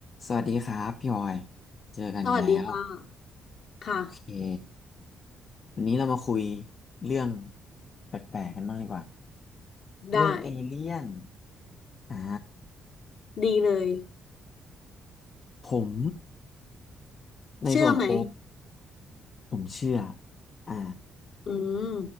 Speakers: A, on the left; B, on the left.
A: สวัสดีครับพี่ออยเจอกันอีกแล้ว
B: สวัสดีค่ะค่ะ
A: โอเควันนี้เรามาคุยเรื่องแปลกๆกันบ้างดีกว่าเรื่องเอเลี่ยน
B: ได้
A: อ่า
B: ดีเลย
A: ผมในส่วนโปร
B: เชื่อไหม
A: ผมเชื่ออ่า
B: อืม